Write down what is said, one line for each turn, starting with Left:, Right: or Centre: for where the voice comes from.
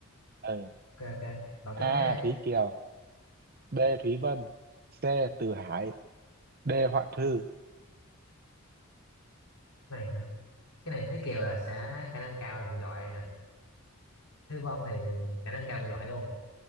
Right: Ừ.
Left: ok ok đọc cái
Right: A.
Left: đáp án này
Right: Thúy Kiều, B. Thúy Vân, C. Từ Hải, D. Hoạn Thư.
Left: này hả cái này Thúy Kiều là sẽ khả năng cao là bị loại nè Thúy Vân thì khả năng cao bị loại luôn